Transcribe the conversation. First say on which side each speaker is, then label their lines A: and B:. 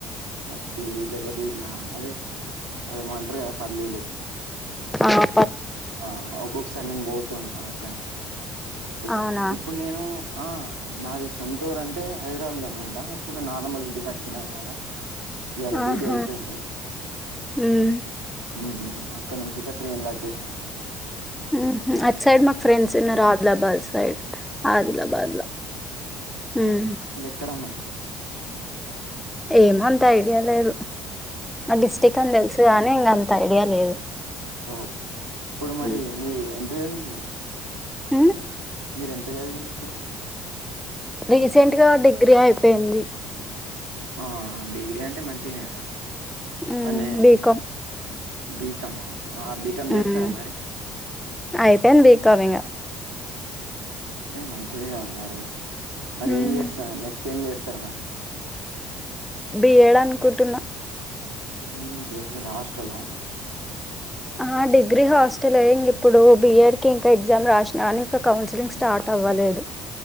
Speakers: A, on the right; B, in the centre.
A: పత్తి లేగపోతే ఇలా అదే అదేమంటారు గా పల్లీలు
B: ఆహ్
A: ఆ ఒక్కొక్కసారి నేన్ బోతుంటా అక్కడనే ఇప్
B: అవునా
A: ఇప్పుడు నేను ఆ నాది సొంతూరు అంటే హైదరావాద్ లో ఇప్పుడు నాన్నమ్మ ఇంటికి వచ్చినా ఇయలా ఇయాలా డ్యూటీ
B: ఆహా
A: అయిపోయింది.
B: ఉమ్
A: ఉహుహ్ అక్కడ నుంచైతే ట్రైన్ల వచ్చేసినా.
B: ఉహుహ్ అట్ సైడ్ మాకు ఫ్రెండ్స్ ఉన్నారు ఆదిలాబాద్ సైడ్. అదిలా బాద్ల ఉహ్మ్
A: అక్కడ మరి
B: ఏమో అంత ఐడియా లేదు ఆ డిస్టిక్ అని తెలుసు గానీ ఇంకా అంత ఐడియా లేదు.
A: ఓహో ఇప్పుడు మరి
B: ఉమ్
A: మీ ఎంత దెలుసు మీకు
B: హుహ్
A: మీర ఎంత చదివిల్ ఇప్పుడు
B: రీసెంట్ గా డిగ్రీ అయిపోయింది.
A: ఆ డిగ్రీ అంటే మంచియే
B: ఉమ్
A: మనే
B: బీకామ్
A: బికామా ఆ బికమ్ జేస్తారా
B: ఉమ్
A: మరి
B: అయిపోయింది బీకామ్ ఇంగ
A: ఏ మంచిది గదా మరి మరి
B: ఉమ్
A: ఏం జేస్త్ స నెక్స్ట్ ఏం జేస్తారు మరి
B: బి ఏడ్ అనుకుంటున్
A: ఉహుహ్ చేసుకుండా హస్టలా
B: ఆ డిగ్రీ హాస్టలే ఇగా ఇప్పుడు బిఎడ్ కి ఇంకా ఎగ్జామ్ రాసినా కాని ఇంకా కౌన్సిలింగ్ స్టార్ట్ అవ్వలేదు.